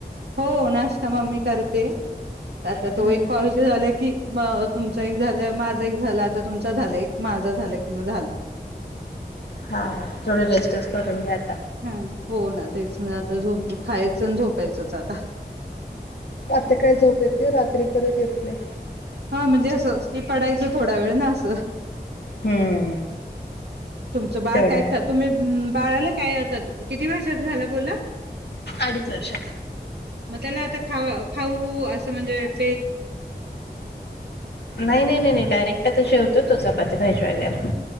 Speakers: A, on the right; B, on the left.
A: हो नाष्टा मम्मी करतेय आता
B: हम्म
A: तो एक कॉल झाअला की म तुम च एक झालं, माझं एक झालं, आता तुमच झालं एक माझं झालं कि म झालं
B: हा थोडं रेस्टच करून घ्या आ
A: हा हो ना तेच ना आता झोपू खायचं अन झोपायचंच आता
B: आता काय झोप येते, रात्री परत येत नाय
A: हा म्हणजे असंच की पडायचं थोडा वेळ ना अस
B: हम्म
A: तुमचं बाळ
B: तेवढा
A: काय
B: आहे.
A: कर तुमी बाळाला काय आता तो किती वर्षात झाला बोल्ला
B: अडीच वर्षाचा
A: म त्याला आता खा खाऊ अस त्यो म्हणजे प
B: नाई नई नई नई डायरेक्ट अता जेवतो तो च पाती भाजी वगैरे